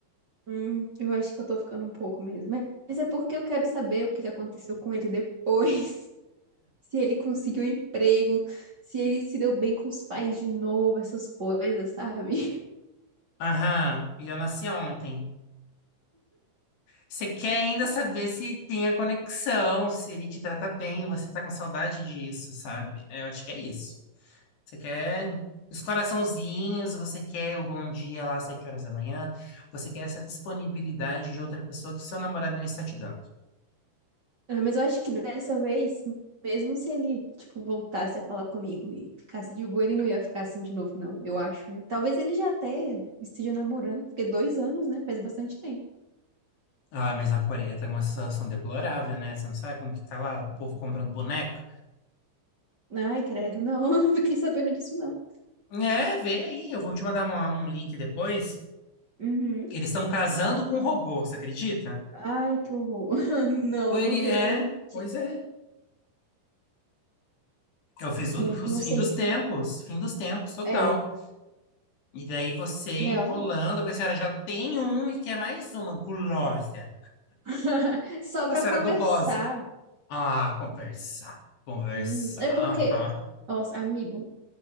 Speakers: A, on the right; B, on the left.
A: Hum, eu acho que eu tô ficando um pouco mesmo. Mas mas é porque eu quero saber o que que aconteceu com ele depois. <laughs> Se ele conseguiu um emprego, se ele se deu bem com os pais de novo, essas coisas, sabe?
B: Aham, e eu nasci ontem. Você quer ainda saber se tem a conexão, se ele te trata bem, você tá com saudade disso, sabe? É, Eu acho que é isso. Você quer os coraçãozinhos, você quer o bom dia lá às sete horas da manhã, você quer essa disponibilidade de outra pessoa que o seu namorado não está te dando.
A: Ah, mas eu acho que dessa vez, mesmo se ele, tipo, voltasse a falar comigo e ficasse de boa, ele não ia ficar assim de novo, não, eu acho, né? Talvez ele já até esteja namorando, porque dois anos, né? Faz bastante tempo.
B: Ah, mas na Coreia tá uma situação deplorável, né? Você não sabe como que tá lá o povo comprando boneco?
A: Ai, credo, não, <laughs> eu não fiquei sabendo disso, não.
B: É, vê aí, eu vou te mandar uma- um link depois.
A: Uhum.
B: Eles estão casando com um robô, você acredita?
A: Ai, que horror. <laughs> Não,
B: Pois
A: não
B: ele
A: vi
B: é,
A: essa notícia.
B: pois é. É o fiz- os
A: É, não
B: fim
A: sei
B: dos
A: se.
B: tempos, fim dos tempos, total.
A: É,
B: E daí você enrolando,
A: realmente.
B: porque a senhora já tem um e quer mais uma gulosa.
A: <laughs> Só
B: Nossa,
A: pra conversar.
B: era gulosa. Ah, conversar, conversar.
A: Hum, é
B: aham.
A: porque, nossa, amigo,